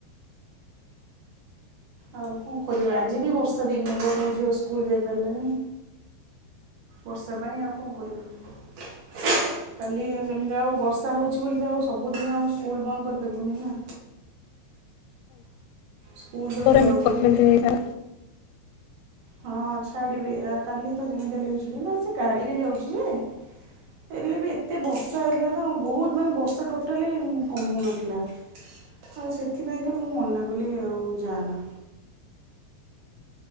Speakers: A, on the right (about 60°); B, on the left (about 85°).
A: ଆଉ କଣ କରିବା ଆଜି ବି ବର୍ଷା ଦିନ ଭର ମୋ ଝିଅ ସ୍କୁଲ ଯାଇପାରିଲାନି। ବର୍ଷା ପାଇଁ ଆଉ କଣ କରିବୁ। କାଲି ଯେ ଯେମିତି ଆଉ ବର୍ଷା ହେଉଛି ବୋଲି ତ ଆଉ ସବୁଦିନ ସ୍କୁଲ ବନ୍ଦ କରିପାରିବୁନି ନା।? ସ୍କୁଲ ତ
B: ପୂରା
A: ଯିବାକୁ
B: <unintelligible>
A: ପଡ଼ିବ
B: ହେଇଥାନ୍ତା
A: ହଁ ଛାଡିବି ଆଉ କାଲି ତ ଯେମିତି ହେଲେ ବି ଜିବ ସେ ଗାଡିରେ ଯାଉଛି ଯେ। ହେଲେ ବି ଏତେ ବର୍ଷା ହେଇଥିଲା ତ ବହୁତ ମାନେ ବର୍ଷା ଟୋଟାଲି କମୁନଥିଲା। ଆଉ ସେଥିପାଇଁକା ମୁଁ ମନା କଲି ଆଉ ଯାଆନା।